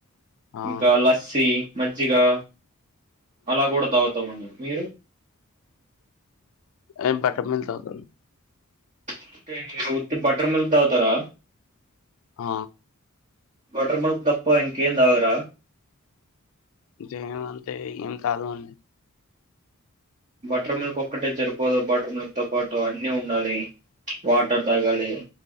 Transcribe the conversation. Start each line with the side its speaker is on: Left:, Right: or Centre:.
Left: ఆ
Right: ఇంకా లస్సీ మజ్జిగా అలా కూడా తాగుతామం అండి మీరు
Left: నేన్ బటర్ మిల్క్ తాగుతాను
Right: అంటే మీరు ఉత్తి బటర్ మిల్క్ దాగుతారా
Left: ఆ
Right: బటర్ మిల్క్ తప్ప ఇంకేం తాగరా
Left: జయం అంటే ఏం కాదు అండి
Right: బటర్ మిల్క్ ఒక్కటే సరిపోదు బటర్ మిల్క్ తో పాటు అన్ని ఉండాలి వాటర్ తాగాలి